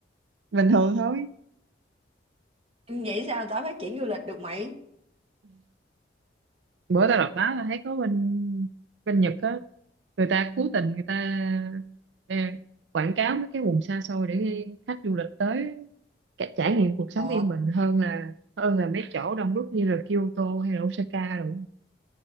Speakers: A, on the right (about 80°); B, on the right (about 35°).
A: bình thường thôi
B: Vậy sao tao phát triển du lịch được mày?
A: bữa tao đọc báo là thấy có bên bên Nhật á người ta cố tình người ta ờ, quảng cáo mấy cái vùng xa xôi để khách du lịch tới cả- trải nghiệm cuộc sống
B: Ồ,
A: yên bình hơn là hơn là mấy chỗ đông đúc như là Kyoto hay là Osaka rồi